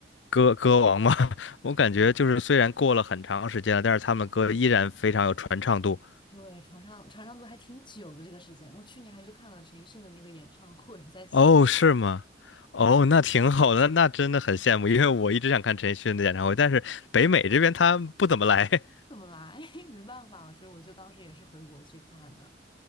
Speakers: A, on the left; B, on the left.
A: 歌歌王嘛。<laughs> 我感觉就是虽然过了很长时间了，
B: 对
A: 但是他们歌依然非常有传唱度。
B: 对，传唱传唱度还挺久的这个时间。我去年还去看了陈奕迅的那个演唱会，在香港。
A: 哦，是吗？哦，那挺好的，那真的很羡慕，因为我一直想看陈奕迅的演唱会，但是北美这边他不怎么来。
B: 怎么来？<laughs> 没办法，所以我就当时也是回国去看的。